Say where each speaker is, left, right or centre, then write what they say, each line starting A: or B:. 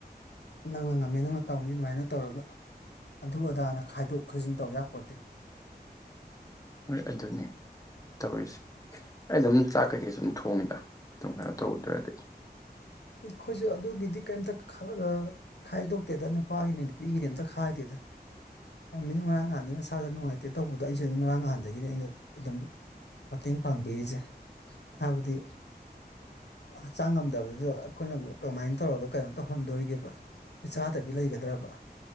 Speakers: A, on the left; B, on the left.
A: ꯅꯪꯅ ꯉꯝꯃꯦ ꯅꯪꯅ ꯇꯧꯅꯤ ꯑꯗꯨꯃꯥꯏꯅ ꯇꯧꯔꯒ ꯑꯗꯨ ꯑꯗꯥꯅ ꯈꯥꯏꯗꯣꯛ ꯈꯥꯏꯖꯤꯟ ꯇꯧ ꯌꯥꯄꯣꯠꯇꯦ
B: ꯍꯣꯏ ꯑꯗꯨꯅꯤ ꯇꯧꯔꯤꯁꯦ
A: ꯎ <unintelligible>
B: ꯑꯩ ꯑꯗꯨꯝ ꯆꯥꯛ ꯀꯩꯀꯩ ꯁꯨꯝ ꯊꯣꯡꯉꯤꯗ ꯑꯗꯨ ꯀꯥꯏꯅ ꯇꯧꯗ꯭ꯔꯗꯤ
A: ꯑꯩꯈꯣꯏꯁꯨ ꯑꯗꯨꯒꯤꯗꯤ ꯀꯩꯝꯇ ꯈ ꯈꯥꯏꯗꯣꯛꯇꯦꯗ ꯅꯨꯄꯥꯒꯤꯅꯤ ꯅꯨꯄꯤꯒꯤꯗꯤ ꯑꯝꯇ ꯈꯥꯏꯗꯦꯗ ꯃꯤꯅ ꯉꯔꯥꯡ ꯅꯍꯥꯟꯗꯒꯤꯩ ꯃꯁꯥꯗ ꯅꯨꯡꯉꯥꯏꯇꯦ ꯇꯧꯕꯗꯣ ꯑꯩꯁꯨ ꯑꯗꯨꯝ ꯉꯔꯥꯡ ꯅꯍꯥꯟꯗꯒꯤꯅꯤ ꯑꯩꯅ ꯑꯗꯨꯝ ꯃꯇꯦꯡ ꯄꯥꯡꯕꯤꯔꯤꯁꯦ ꯍꯥꯏꯕꯗꯤ ꯍꯛꯆꯥꯡ ꯉꯝꯗꯕꯗꯨꯗ ꯑꯩꯈꯣꯏꯅ ꯑꯃꯨꯛ ꯀꯃꯥꯏꯅ ꯇꯧꯔꯒ ꯀꯩꯅꯣ ꯇꯧꯍꯟꯗꯣꯔꯤꯒꯦꯕ ꯑꯩꯈꯣꯏ ꯆꯥꯗꯕꯤ ꯂꯩꯒꯗ꯭ꯔꯕ